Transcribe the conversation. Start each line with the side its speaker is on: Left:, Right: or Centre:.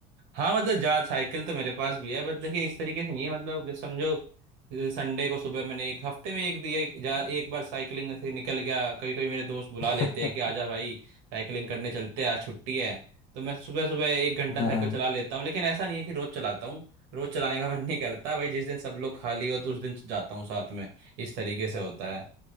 Right: हाँ मतलब जा साइकिल तो मेरे पास भी है बट लेकिन इस तरीके से नहीं है मतलब जैसे समझो संडे को सुबह मैंने एक हफ्ते में एक दिया एक, जा एक बार साइकिलिंग ऐसे निकल गया कभी कभी मेरे दोस्त बुला
Left: है
Right: लेते हैं कि आजा
Left: <laughs>
Right: भाई साइकिलिंग करने चलते हैं आज छुट्टी है तो मैं सुबह सुबह एक घंटा
Left: हाँ
Right: साइकिल चला लेता हूँ लेकिन ऐसा नहीं है कि रोज चलाता हूँ रोज चलाने का <laughs> मन नहीं करता भाई जिस दिन सब लोग खाली हो तो उस दिन जाता हूँ साथ में इस तरीके से होता है